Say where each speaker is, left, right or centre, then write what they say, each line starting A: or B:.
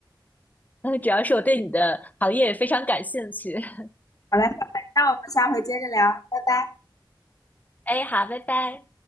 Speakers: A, on the left; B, on the left.
A: 嗯，主要是我对你的行业也非常感兴趣。<laughs>
B: 好嘞，好嘞，那我们下回接着聊，拜拜。
A: 哎，好，拜拜。